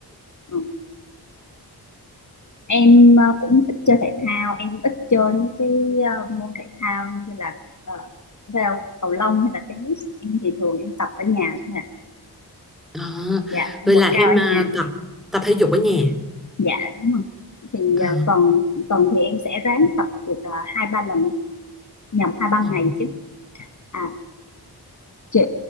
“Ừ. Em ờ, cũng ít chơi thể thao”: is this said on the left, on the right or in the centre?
Left